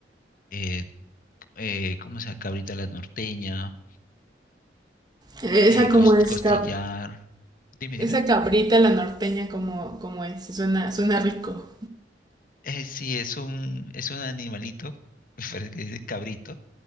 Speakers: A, on the left; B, on the right.
A: eh, eh, ¿cómo se llama? Cabrita a la norteña
B: Esa
A: eh,
B: como
A: cos-
B: es
A: costillar.
B: cab-
A: Dime,
B: esa
A: dime.
B: cabrita, la norteña, como, como es, suena, suena rico.
A: Eh, sí, es un, es un animalito, <laughs> me parece que dice cabrito,